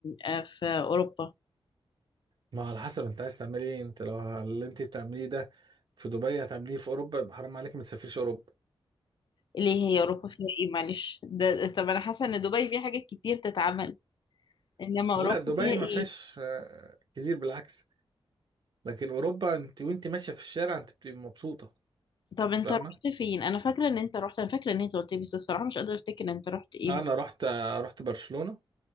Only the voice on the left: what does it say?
آه، في اوروبا
ليه هي اوروبا فيها ايه معلش ده طب انا حاسة ان دبي فيها حاجات كتير تتعمل انما اوروبا
فيها
ايه
طب انت
رحت فين انا فاكرة ان انت رحت انا فاكرة ان انت قلت لي بس الصراحة مش قادرة افتكر انت رحت ايه